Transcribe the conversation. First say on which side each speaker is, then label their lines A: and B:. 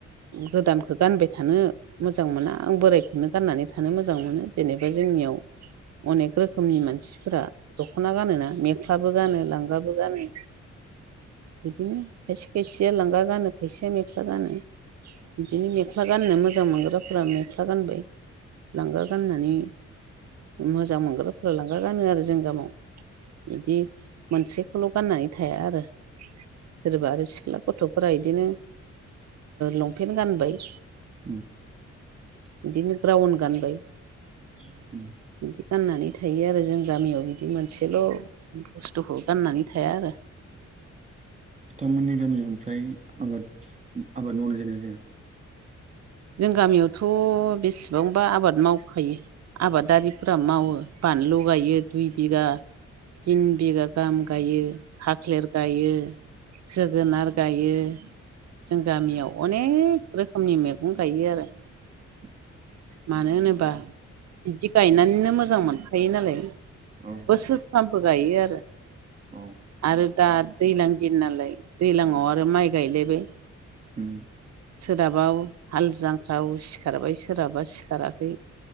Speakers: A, on the right (about 60°); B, on the right (about 25°).
A: गोदानखौ गानबाय थानो मोजां मोना नो गाननानै थानो मोजां मोनो जेनेबा जोंनियाव अनेक रोखोमनि मानसि फोर दखना गानो ना मेख्लाबो गानो लांगाबो गानो बिदिनो खायसे खायसेया लांगा गानो खायसेया मेख्ला गानो बिदिनो मेख्ला गाननो मोजां मोनग्राफोरा मेख्ला गानबाय लांगा गानो होननानै मोजां मोनग्रो फोर लांगा गानो आरो जों गामाव बिदि मोनसेखौल गाननानै थाया आरो सोरबा आरो सिख्ला गथफोरा बिदिनो लंपेन्ट गानबाय
B: उम
A: बिदिनो ग्राउन गानबाय
B: उम
A: बिदि गाननानै थायो आरो जों गामियाव बिदि मोनसेल बुस्थुखौ गाननानै थाया आरो
B: नोंथांमोननि गामियाव ओमफ्राय आबाद आबाद मावनाय जादोना जाया
A: जों गामियावथ बेसेबांबा आबाद मावखायो आबादारिफोरा मावो बानलु गायो दुइ बिगा तिन बिगा गाहाम गायो खाख्लेर गायो जोगोनार गायो जों गामियाव अनेक रोखोमनि मैगं गायो आरो
B: <unintelligible>
A: मानो होनोबा बिदि गायनानैनो मोजां मोनखायो नालाय
B: औ
A: बोसोर फामबो गायो आरो
B: औ
A: आरो दा दैज्लां दि नालाय दै्लांआव आरो माइ गायलायबो
B: <inaudible>
A: सोरहाबाव हाल जांफ्राव सिखारबाय सोरहाबा माबा सिखाराखै